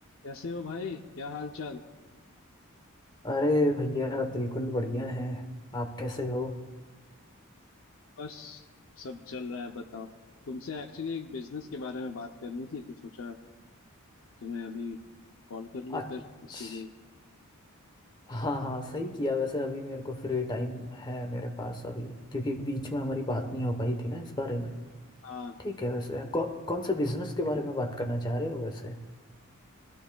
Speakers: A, on the left; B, on the left.
A: कैसे हो भाई क्या हाल चाल
B: अरे भैया बिल्कुल बढ़िया है आप कैसे हो
A: बस सब चल रहा है बताओ तुमसे एक्चुअली एक बिजनेस के बारे में बात करनी थी तो सोचा तुम्हें अभी कॉल कर लूं
B: अच्छा
A: फिर उसके लिए
B: हाँ हाँ सही किया वैसे अभी मेरे को फ्री टाइम है मेरे पास अभी क्योंकि बीच में हमारी बात नहीं हो पाई थी ना इस बारे में
A: हाँ
B: ठीक है वैसे कौ, कौन से बिजनेस के बारे में बात करना चाह रहे हो वैसे